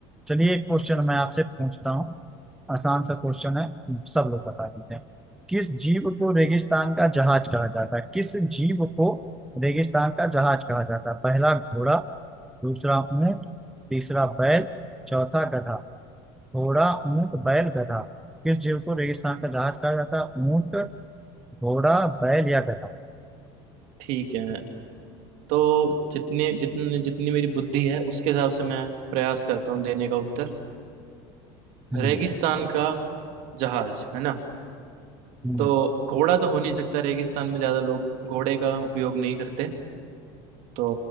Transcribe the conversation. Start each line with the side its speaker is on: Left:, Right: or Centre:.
Centre: चलिए एक क्वेश्चन मैं आपसे पूछता हूँ आसान सा क्वेश्चन है सब लोग बता देते हैं किस जीव को रेगिस्तान का जहाज कहा जाता है किस जीव को रेगिस्तान का जहाज कहा जाता है पहला घोड़ा दूसरा ऊंट तीसरा बैल चौथा गधा घोड़ा ऊंट बैल गधा किस जीव को रेगिस्तान का जहाज कहा जाता है ऊंट घोड़ा बैल या गधा
Right: <laughs> ठीक है तो जितने जितने जितनी मेरी बुद्धि है उसके हिसाब से मैं प्रयास करता हूँ देने का उत्तर
Centre: हम्म
Right: रेगिस्तान का जहाज है ना
Centre: हम्म,
Right: तो घोड़ा तो हो नहीं सकता रेगिस्तान में ज्यादा लोग घोड़े का उपयोग नहीं करते तो